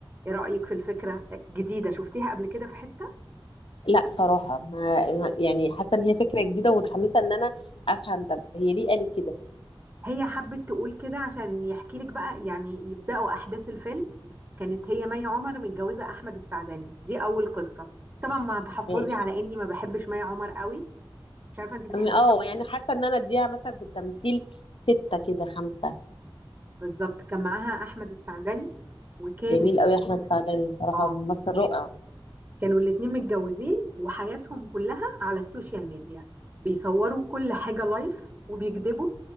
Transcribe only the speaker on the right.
ايه رأيك في الفكرة جديدة شفتيها قبل كده في حتة
هي حبت تقول كده عشان يحكي لك بقى يعني يبدأوا أحداث الفيلم كانت هي مي عمر متجوزة أحمد السعداني دي أول قصة طبعا مع تحفظي
على إني ما بحبش مي عمر قوي مش عارفة أنت بتحبيها
ولا لأ.
بالظبط كان معاها أحمد السعداني وكانت
اه
كانوا الاتنين متجوزين وحياتهم كلها على السوشيال ميديا بيصوروا كل حاجة لايف وبيكذبوا